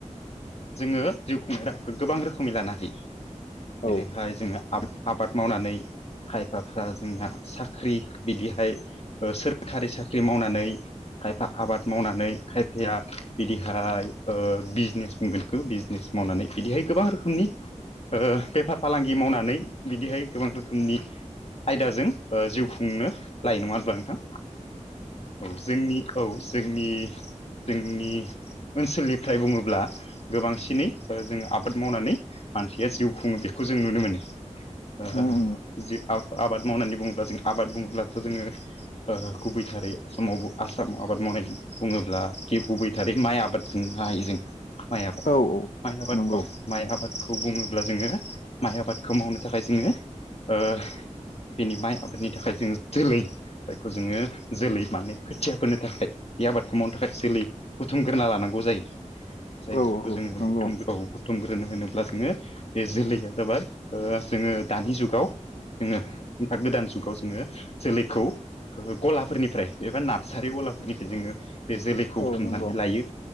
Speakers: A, on the left (about 55°); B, on the left (about 80°).
A: जोङो जिउ खुंनाय राहाखौ गोबां रोखोमै लानो हायो जेरैहाय
B: औ
A: जोङो आबाद आबाद मावनानै खायफाफ्रा जोंना साख्रि बिदिहाय ओ सोरखारि साख्रि मावनानै खायफा आबाद मावनानै खायफा या बिदिहाय बिजनेस मोनगोनखौ बिजनेस मावनानै बिदिहाय गोबां रोखोमनि ओ बेफार फालांगि मावनानै बिदिहाय गोबां रोखोमनि आयदाजों ओ जिउ खुंनो लायो नङा होनब्ला नोंथां औ जोंनि औ जोंनि जोंनि ओनसोलनिफ्राय बुङोब्ला गोबांसिनै ओ जोङो आबाद मावनानै मानसिया जिउ खुङो बेखौ जों नुनो मोनो ओ
B: उम उम
A: जि आबाद मावनानै बुङोब्ला जों आबाद बुङोब्लाथ' जोङो ओ गुबै‌ थारै आसामावबो आसामाव आबाद मावनायनायनि बुङोब्ला जे गुबै थारै माइ आबाद खुंनो हायो जों माइ आबाद
B: औ औ
A: माइ आबाद
B: नंगौ
A: औ माइ आबादखौ बुङोब्ला जोङो माइ आबादखौ मावनो थाखाय जोङो ओ बिनि माइ आबादनि थाखाय जों जोलै जायखौ जोङो जोलै माने खोथिया फोनो थाखाय बे आबादखौ मावनो थाखाय जोलै बुथुमग्रोना लानांगौ जायो जायफोरखौ
B: औ औ
A: जोङो
B: नंगौ
A: बुथुम औ बुथुमग्रोनो होनोब्ला जोङो बे जोलैया जाबाय ओ जोङो दानि जुगाव जोङो गोदान जुगाव जोङो जोलैखौ गलाफोरनिफ्राय एबा नार्सारि गलाफोरनिफ्राय जोङो बे जोलैखौ
B: औ
A: बुथुमनानै
B: नंगौ
A: लायो